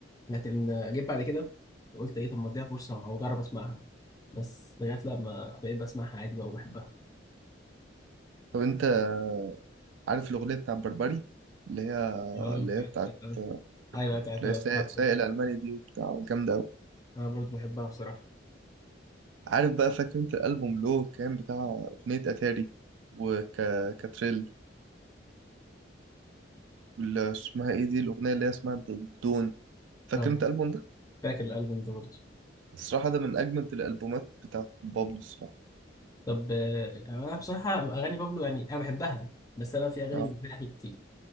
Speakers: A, on the left (about 20°); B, on the right (about 80°).
A: لكن آه، جيت بعد كده قلت إيه طب ما أديها فرصة أو أجرب أسمعها بس لغاية لما بقيت بسمعها عادي بقى وبحبها
B: طب أنت عارف الأغنية بتاع بربري اللي هي
A: اه
B: اللي هي بتاعت
A: بتاعت أيوه
B: اللي
A: بتاعت بتاعت-
B: هي سا- سايق الألماني دي وبتاع جامدة أوي
A: انا برضو بحبها بصراحه
B: عارف بقى فاكر أنت الألبوم اللي هو كان بتاع أغنية أتاري وكاتريل ال- اسمها ايه دي الاغنيه اللي هي اسمها د- دون فاكر
A: اه
B: انت الالبوم ده
A: فاكر الالبوم ده برضو
B: الصراحه ده من اجمد الالبومات بتاعت بابلو الصراحه
A: طب آه، انا بصراحه اغاني بابلو يعني انا بحبها بس انا في اغاني
B: اه
A: بالنسبه لي احلى كتير